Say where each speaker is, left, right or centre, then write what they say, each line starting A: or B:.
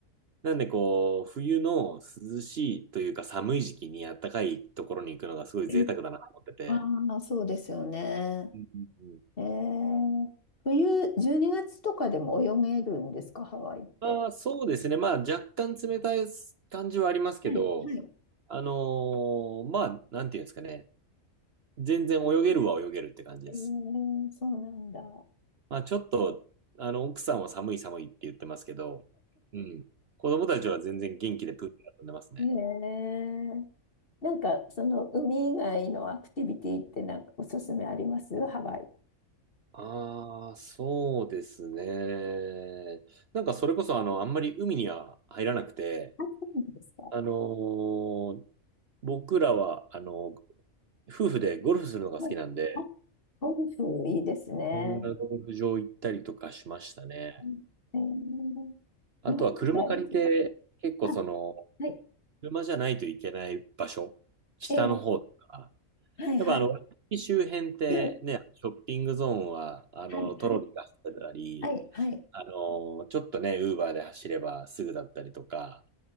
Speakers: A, on the right; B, on the left.
A: なんでこう、冬の涼しいというか寒い時期にあったかいところに行くのがすごい贅沢だなと思ってて。
B: い。ああ、そうですよね。
A: うんうんうん
B: えー、冬、12月とかでも泳げるんですか、ハワイって。
A: あーそうですね。まあ若干冷たい感じはありますけど、
B: はい、はい。
A: あのーまあなんていうんですかね。全然泳げるは泳げるって感じです。
B: えー、そうなんだ。
A: まあ、ちょっと、あの、奥さんは寒い寒いって言ってますけど、うん。子供たちは全然元気でプールで遊んでますね。
B: へえ。なんか、その海以外のアクティビティってなんかおすすめありますハワイ。
A: ああ、そうですね。なんかそれこそあの、あんまり海には入らなくて、
B: そうなんですか。
A: あのー僕らはあの、夫婦でゴルフするのが好きなんで、
B: はい。あ、ゴルフいいですね。
A: こんなゴルフ場行ったりとかしましたね。
B: うんえー
A: あとは車借りて、
B: 日本とだいぶ違う。
A: 結構その、
B: あ、はい。
A: 車じゃないといけない場所、北の方とか、
B: えー、はいはい。
A: やっぱあの、ワイキキ周辺ってね、
B: <clears throat>
A: ショッピングゾーンは、あの、
B: はいはい。
A: トロリーが走ってたり、
B: はいはい。
A: あの、ちょっとね、ウーバーで走ればすぐだったりとか、